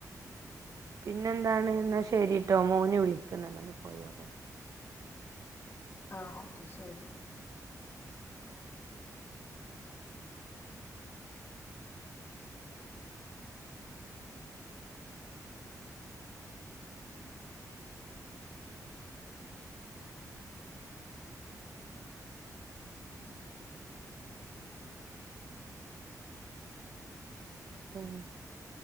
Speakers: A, on the right; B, on the left.
A: പിന്നെന്താണ് എന്നാ ശരിട്ടോ മോന് വിളിക്കുന്നുണ്ടന്ന് ഒന്ന് പോയി നോക്കട്ടെ
B: ആ ഓക്കെ ശരി
A: ആഹ്